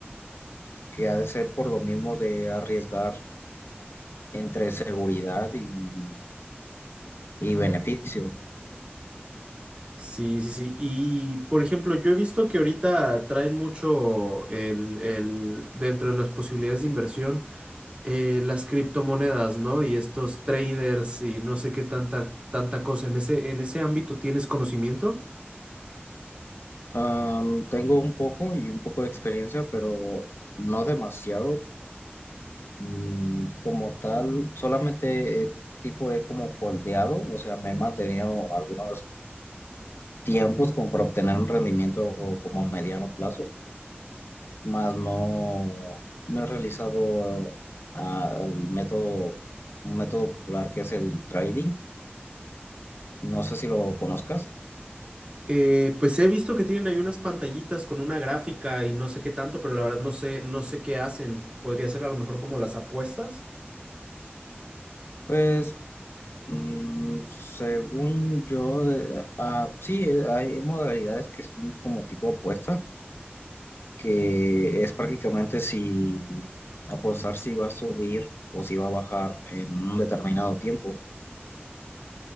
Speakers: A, on the left (about 65°); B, on the right (about 30°).
A: que ha de ser por lo mismo de arriesgar entre seguridad y, y beneficio.
B: Sí, sí, sí. Y, por ejemplo, yo he visto que ahorita traen mucho el, el, dentro de las posibilidades de inversión, eh, las criptomonedas, ¿no? Y estos traders y no sé qué tanta, tanta cosa. ¿En ese, en ese ámbito tienes conocimiento?
A: Ah, tengo un poco y un poco de experiencia, pero no demasiado. Mm, como tal, solamente eh, tipo he como holdeado, o sea, me he mantenido algunos tiempos como para obtener un rendimiento como a mediano plazo más no, no he realizado ah, el método, un método popular que es el trading. No sé si lo conozcas.
B: Eh, pues he visto que tienen ahí unas pantallitas con una gráfica y no sé qué tanto, pero la verdad no sé, no sé qué hacen. Podría ser a lo mejor como las apuestas.
A: Pues, mm, según yo, eh, ah, sí, eh, hay modalidades que son como tipo apuesta, que es prácticamente si apostar si va a subir o si va a bajar en un determinado tiempo.